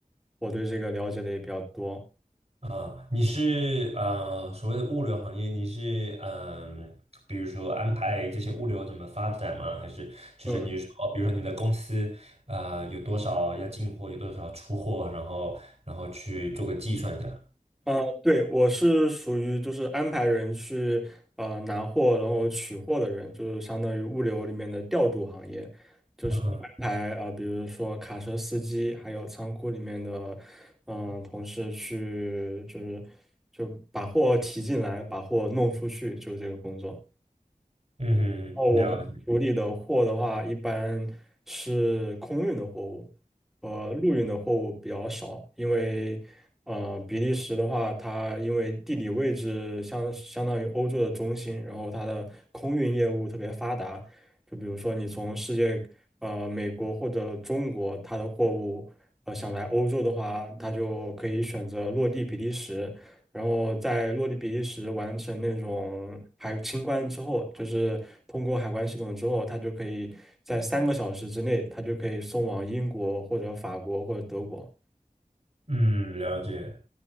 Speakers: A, in the centre; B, on the right.
A: 我对这个了解的也比较多。
B: 啊，你是呃所谓的物流行业，你是嗯、比如说安排这些物流怎么发展吗？还是就是你说，
A: 嗯
B: 比如说你的公司啊，有多少要进货，有多少出货，然后然后去做个计算这样。
A: 呃，对，我是属于就是安排人去呃拿货，然后取货的人，就是相当于物流里面的调度行业，就是安排啊、
B: 嗯
A: 呃，比如说卡车司机，还有仓库里面的嗯、呃同事去，就是就把货提进来，把货弄出去，就是这个工作。
B: 嗯哼，
A: 哦，我们处理的货的话，
B: 了解
A: 一般是空运的货物呃，陆运的货物比较少，因为呃，比利时的话，它因为地理位置相相当于欧洲的中心，然后它的空运业务特别发达。就比如说你从世界呃美国或者中国，它的货物呃想来欧洲的话，它就可以选择落地比利时，然后在落地比利时完成那种海清关之后，就是通过海关系统之后，它就可以在三个小时之内，它就可以送往英国或者法国或者德国。
B: 嗯了解。